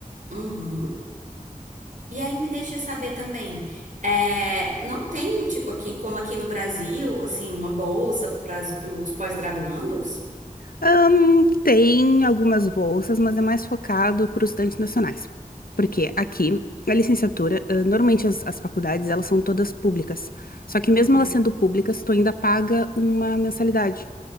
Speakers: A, on the right (about 60°); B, on the left (about 85°).
A: Uhum. E aí me deixa saber também, é, não tem, tipo, aqui, como aqui no Brasil, assim, uma bolsa para os pós-graduandos?
B: Ahn, tem algumas bolsas, mas é mais focado para os estudantes nacionais. Porque aqui, a licenciatura, ah, normalmente as, as faculdades, elas são todas públicas. Só que mesmo
A: Uhum.
B: elas sendo públicas, tu ainda paga uma mensalidade.